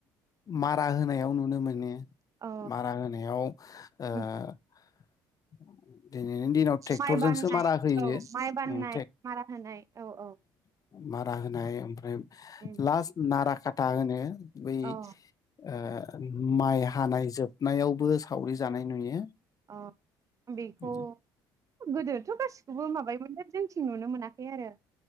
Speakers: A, on the left (about 40°); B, on the right (about 35°).
A: मारा होनायाव नुनो मोनो।
B: अ
A: मारा होनायाव ओ <unintelligible>
B: उम
A: दिनाव ट्रेक्टरजोंसो
B: माइ बाननाय
A: मारा होयो
B: औ माइ बाननाय
A: ओम
B: मारा होनाय औ औ।
A: <unintelligible> बा होनाय ओमफ्राय
B: उम
A: लास नाराख खाथा होनो। बै
B: अ
A: ओ माइ हानाय जोबनायाव बो सावरि जानाय नुयो।
B: अ बेखौ
A: बिदि
B: गोदो थ' औगासिखौबो माबायोम जोंथिं नुनो मोनाखै आरो।